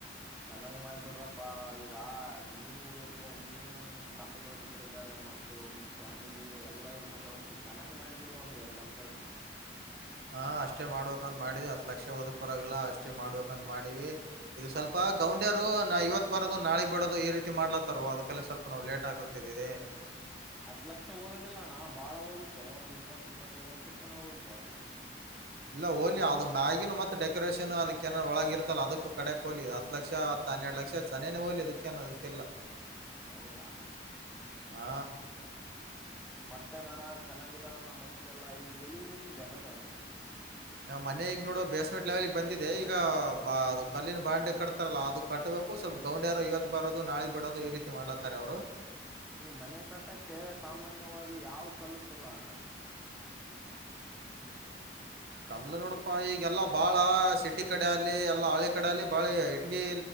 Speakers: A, in the centre; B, on the right (about 55°).
A: ಚೆನ್ನಾಗ್ ಮಾಡ್ಬಿಡ್ರಪ್ಪಾ ಈಗ ನೀವು ಇರ್ಬೋ ನೀವು ನಿಮ್ ತಮ್ಮದವರು ಇಬ್ಬರಾರೆ ಮ ನಿಮ್ ಫ್ಯಾಮಿಲಿ ಎಲ್ಲಾ ಇರ್ಬೇಕಾಗುತ್ತೆ ಚೆನ್ನಾಗ್ ಮಾಡ್ಬಿಡು ಒಂದ್ ಎರಡ್ ಅಂತಸು
B: ಹಾ ಅಷ್ಟೇ ಮಾಡ್ಬೇಕಂತ ಮಾಡಿದಿ ಹತ್ ಲಕ್ಷ ಓದಕ್ ಪರವಾಗಿಲ್ಲ ಅಷ್ಟೇ ಮಾಡ್ಬೇಕಂತ ಮಾಡೀಿವ ಇದು ಸ್ವಲ್ಪ ಗೌಂಡ್ಯರು ನಾ ಇವತ್ ಬರೋದು ನಾಳಗ್ ಬಿಡೋದು ಈ ರೀತಿ ಮಾಡ್ಲತ್ತಾರೋ ಅದ್ಕಲ್ಲೇ ಸ್ವಲ್ಪ ನಾವು ಲೇಟ್ ಆಗತಿದ್ದೀವಿ
A: ಹತ್ ಲಕ್ಷ ಹೋಗೋದಿಲ್ಲಣ್ಣ ಬಾಳ ಹೋಗುತ್ತೆ ಒಂದ್ ಇಪ್ಪತ್ ಇಪ್ಪತ್ತೈದು ಲಕ್ಷದ ತನ ಹೋಗುತ್ತೆ
B: ಇಲ್ಲ ಹೋಲಿ ಅದು ಮ್ಯಾಗಿನ ಮತ್ತೆ ಡೆಕೋರೇಷನ್ ಅದಕ್ಕನಾರ ಒಳಗ ಇರ್ತಲ್ಲ ಅದಕ್ಕೂ ಕಡೆಕ್ ಹೋಗಲಿ ಹತ್ ಲಕ್ಷ ಹನ್ನೆರಡು ಲಕ್ಷ ಆಯತ ಸನೇನೆ ಹೋೋಗಲಿ ಇದಕ್ಕೆ ಅದಕ್ಕೆಲ್ಲ
A: ಹೌದಾ
B: ಹಾ
A: ಮತ್ತೆ ಅಣ್ಣ ಚೆನ್ನಾಗಿದಾರಲ್ಲ ಮನೇಲೆಲ್ಲಾ ಈಗ ಎಲ್ಲಿಗ್ ನಿಂತಿದೆ ಮನೆ
B: ಮನೆ ಇವಾಗ ನೋಡು ಬೇಸ್ಮೆಂಟ್ ಲೆವೆಲ್ಗ್ ಬಂದಿದೆ ಈಗ ಅದು ಕಲ್ಲಿನ ಬಾಂಡೆ ಕಟ್ತಾರಲ್ಲ ಅದು ಕಟ್ಟ ಸ್ವಲ್ಪ ಗೌಂಡಿರು ಇವತ್ತು ಬರೋದು ನಾಳೆ ಬಿಡೋದು ಈ ರೀತಿ ಮಾಡಲತ್ತಾರೆ ಅವರು
A: ಈ ಮನೆ ಕಟ್ಟಕ್ಕೆ ಸಾಮಾನ್ಯವಾಗಿ ಯಾವ ಕಲ್ಲು ಚಲೋಣ್ಣ
B: ಕಲ್ಲ ನೋಡಪಾ ಈಗೆಲ್ಲಾ ಬಾಳ ಸಿಟಿ ಕಡೆ ಅಲ್ಲಿ ಎಲ್ಲಾ ಹಳ್ಳಿ ಕಡೆ ಅಲ್ಲಿ ಬಾಳ ಇಟಗಿ